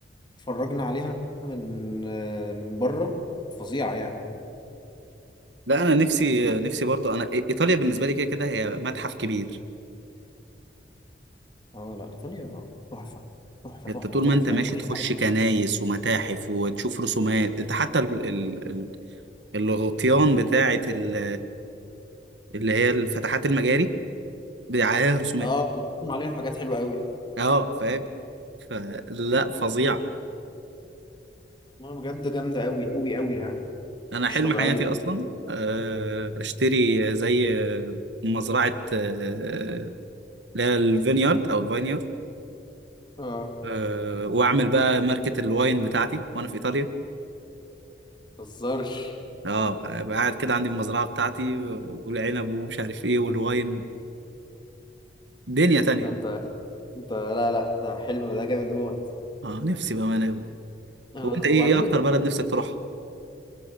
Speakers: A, on the left; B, on the right.
A: اتفرجنا عليها من آه، من بره فظيعة يعني
B: لا انا نفسي نفسي برضو انا ايطاليا بالنسبه لي كده كده هي متحف كبير
A: اه لا ايطاليا تحفة تحفة
B: انت
A: تحفة
B: طول
A: تحفة
B: ما انت ماشي
A: في كل
B: تخش
A: حاجة
B: كنايس ومتاحف وتشوف رسومات انت حتى ال... ال... ال- الغطيان بتاعه ال... اللي هي الفتحات المجاري عليها رسومات
A: اه بيقدم عليها حاجات حلوه قوي
B: اه فاهم فلا فظيع
A: انا بجد جامده قوي قوي قوي يعني
B: انا
A: مش
B: حلم
A: طبيعيه
B: حياتي اصلا آه، اشتري زي مزرعه آه، اللي هي الفينيارد او الفاينيارد
A: اه
B: آه، واعمل بقى ماركة الواين بتاعتي وانا في ايطاليا
A: ما تهزرش
B: اه أبقى قاعد كده عندي المزرعه بتاعتي والعنب ومش عارف ايه والواين دنيا تانية
A: ده انت انت لا لا ده حلم ده جامد موت
B: اه نفسي بامانه يا ابني
A: آه
B: طب انت ايه
A: وبعدين
B: ايه اكتر بلد نفسك تروحها